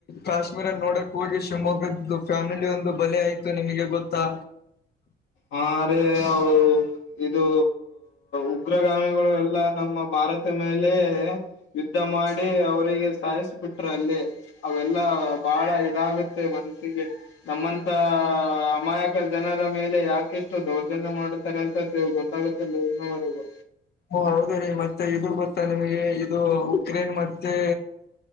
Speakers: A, on the left; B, on the left.
A: ಕಾಶ್ಮೀರ ನೋಡಕ್ ಹೋಗಿ ಶಿವಮೊಗ್ಗದ ಇದು ಫ್ಯಾಮಿಲಿ ಒಂದು ಬಲೆ ಆಯ್ತು ನಿಮಗೆ ಗೊತ್ತಾ.
B: ಹಾರಿ ಹ ಇದು ಉಗ್ರಗಾಮಿಗಳು ಎಲ್ಲ ನಮ್ಮ ಭಾರತ ಮೇಲೆ ಯುದ್ಧ ಮಾಡಿ ಅವ್ರರಿಗೆ ಸಾಯಿಸ ಬಿಟ್ರ ಅಲ್ಲಿ ಅವೆಲ್ಲಾ ಬಾಳ ಇದಾಗತ್ತೆ ಮನಸ್ಸಿಗೆ ನಮ್ಮಂತ ಅಮಾಯಕ ಜನರ ಮೇ ಇಲ್ಲ ಯಾಕಷ್ಟು ದೌರ್ಜನ್ಯ ಮಾಡುತ್ತಾರೆ ಅಂತ ಗೊತ್ತಾಗುತ್ತಿಲ್ಲ ಇನ್ನವರೆಗೂ
A: ಓ ಹೌದ ರೀ ಮತ್ತೆ ಇದು ಗೊತ್ತಾ ನಿಮಗೆ ಇದು ಉಕ್ರೇನ್ ಮತ್ತೆ